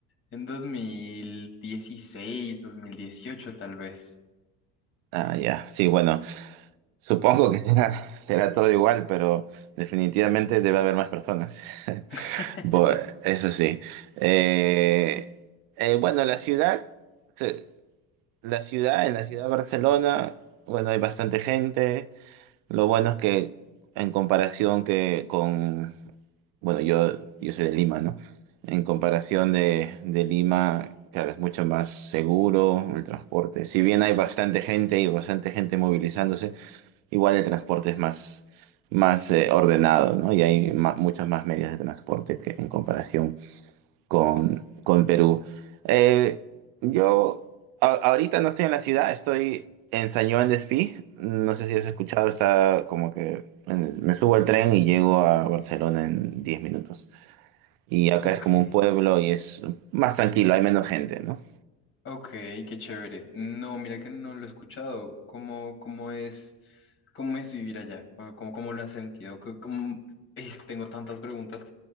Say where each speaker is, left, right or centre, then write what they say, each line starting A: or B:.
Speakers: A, on the left; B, on the right.
A: en 2016, 2018 tal vez.
B: ah, ya, sí, bueno. Supongo que será, <laughs> será todo igual, pero definitivamente debe haber más personas.
A: <laughs>
B: Bu- eso sí. Eh, eh, bueno, la ciudad, se- la ciudad, en la ciudad de Barcelona, bueno, hay bastante gente. Lo bueno es que en comparación que con, bueno, yo, yo soy de Lima, ¿no? En comparación de, de Lima, claro, es mucho más seguro el transporte. Si bien hay bastante gente y bastante gente movilizándose. Igual el transporte es más, más eh, ordenado, ¿no? Y hay ma- muchas más medidas de transporte que en comparación con, con Perú. Eh, yo a- ahorita no estoy en la ciudad, estoy en San Juan de No sé si has escuchado, está como que en- me subo al tren y llego a Barcelona en 10 minutos. Y acá
A: Ok,
B: es como un pueblo y es más tranquilo, hay menos gente, ¿no?
A: ok, qué chévere. No, mira que no lo he escuchado. ¿Cómo, cómo es, cómo es vivir allá? ¿Cómo, cómo cómo lo has sentido? ¿Cómo- cómo- Ey, tengo tantas preguntas.